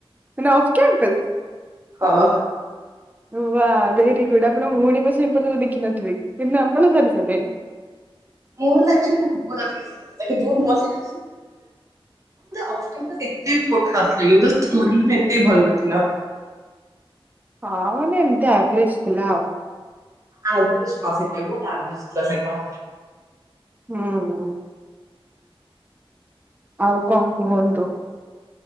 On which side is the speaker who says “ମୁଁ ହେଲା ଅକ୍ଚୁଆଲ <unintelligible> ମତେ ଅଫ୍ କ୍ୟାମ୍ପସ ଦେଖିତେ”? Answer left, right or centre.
Right